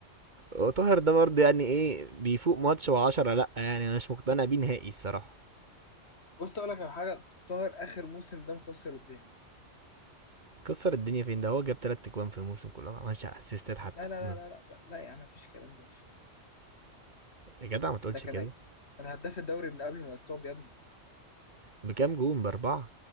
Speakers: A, on the right; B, on the left.
A: وطاهر ده برضه يعني ايه بيفوق ماتش وعشرة لا يعني انا مش مقتنع بيه نهائي الصراحة
B: بص اقول لك على حاجه طاهر اخر موسم ده مكسر الدنيا
A: كسر الدنيا فين ده هو جاب تلات اجوان في الموسم كله ما عملش اسيستات حتى
B: لا لا لا
A: مم.
B: لا لا لا, لا يا عم مفيش كلام ده مفيش كلام ده
A: يا جدع ما تقولش
B: ده كان
A: كده
B: كان هداف الدوري من قبل ما يتصاب يا ابني
A: بكام جون باربعة